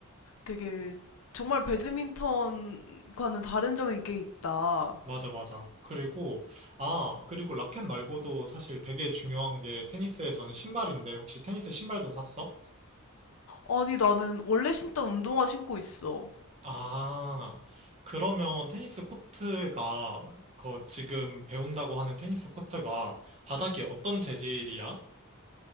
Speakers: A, on the left; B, on the right.
A: 되게 정말 배드민턴과는 다른 점이 꽤 있다.
B: 맞아, 맞아. 그리고, 아, 그리고 라켓 말고도 사실 되게 중요한 게 테니스에서는 신발인데, 혹시 테니스 신발도 샀어?
A: 아니, 나는 원래 신던 운동화 신고 있어.
B: 아, 그러면 테니스 코트가, 그 지금 배운다고 하는 테니스 코트가 바닥이 어떤 재질이야?